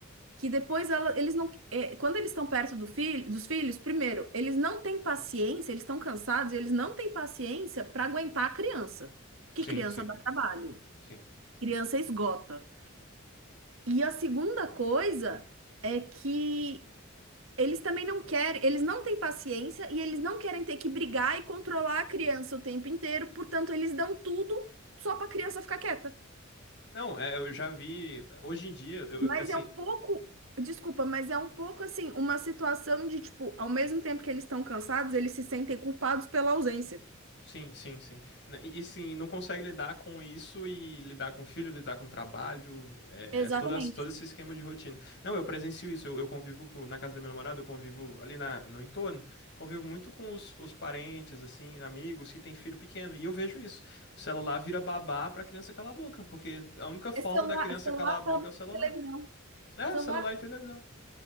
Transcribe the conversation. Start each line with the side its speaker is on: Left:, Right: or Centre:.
Right: que depois ela- eles não, é, quando eles estão perto do filho, dos filhos, primeiro, eles não têm paciência, eles estão cansados, e eles não têm paciência para aguentar a criança. Que
Left: Sim,
Right: criança
Left: sim,
Right: dá trabalho,
Left: sim.
Right: criança esgota. E a segunda coisa é que eles também não querem, eles não têm paciência e eles não querem ter que brigar e controlar a criança o tempo inteiro, portanto, eles dão tudo só para a criança ficar quieta.
Left: Não, é, eu já vi. Hoje em dia, eu,
Right: Mas
Left: assim,
Right: é um pouco, desculpa, mas é um pouco assim, uma situação de tipo, ao mesmo tempo que eles estão cansados, eles se sentem culpados pela ausência.
Left: Sim, sim, sim. Na- E, e, sim, não consegue lidar com isso e lidar com o filho, lidar com o trabalho, é,
Right: Exatamente.
Left: é todo, esse- todo esse esquema de rotina. Não, eu presencio isso, eu, eu convivo com- na casa da minha namorada, eu convivo ali na, no entorno, convivo muito com os, os parentes, assim, amigos que têm filho pequeno, e eu vejo isso. O celular vira babá pra criança calar a boca, porque a única forma
Right: É celular,
Left: da criança
Right: celular,
Left: calar a boca
Right: tablet,
Left: é o celular.
Right: televisão.
Left: É,
Right: Celular.
Left: celular e televisão.